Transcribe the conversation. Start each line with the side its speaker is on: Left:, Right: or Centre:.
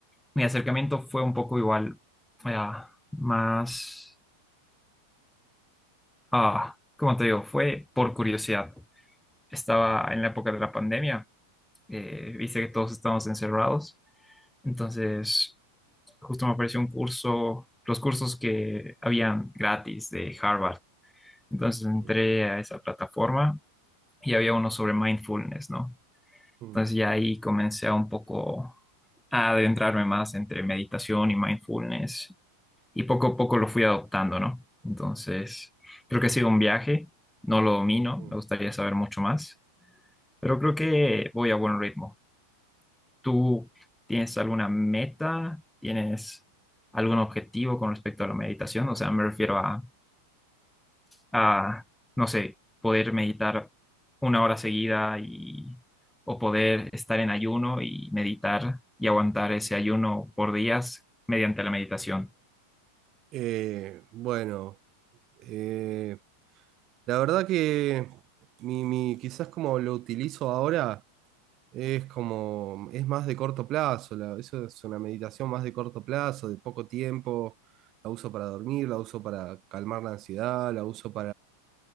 Centre: mi acercamiento fue un poco igual, ah, más, ah, ¿cómo te digo? Fue por curiosidad. Estaba en la época de la pandemia, eh, viste que todos estábamos encerrados, entonces justo me apareció un curso, los cursos que habían gratis de Harvard. Entonces entré
Right: Mm,
Centre: a esa plataforma y había uno sobre mindfulness, ¿no?
Right: mm,
Centre: Entonces ya ahí comencé a un poco a adentrarme más entre meditación y mindfulness y poco a poco lo fui adoptando, ¿no? Entonces creo que ha sido un viaje, no lo domino,
Right: mm.
Centre: me gustaría saber mucho más, pero creo que voy a buen ritmo. ¿Tú tienes alguna meta? ¿Tienes algún objetivo con respecto a la meditación? O sea, me refiero a a, no sé, poder meditar una hora seguida y, o poder estar en ayuno y meditar y aguantar ese ayuno por días mediante la meditación.
Right: Eh, bueno, eh, la verdad que mi, mi- quizás como lo utilizo ahora es como, es más de corto plazo, la- eso es una meditación más de corto plazo, de poco tiempo, la uso para dormir, la uso para calmar la ansiedad, la uso